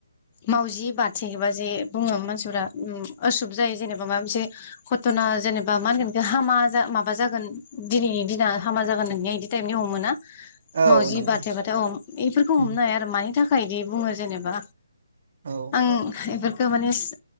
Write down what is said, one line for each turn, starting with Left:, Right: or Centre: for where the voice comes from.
Left: मावजि बारथियोबा जे बुङो मानसिफोरा उम उसुब जायो जेनेबा माबा मोनसे घटना जेनेबा मा होनगोन हामा माबा जागोन दिनैनि दिना हामा जागोन नोंनि बिदि टाइप निउ मोना
Right: औ
Left: मावजि
Right: नंगौ
Left: बारथेबाथाय औ एफोरखौ
Right: उम
Left: हमनो हाया आरो मानि थाखाय खायदि बुङो जेनेबा
Right: औ
Left: आं एफोर ओ माने सो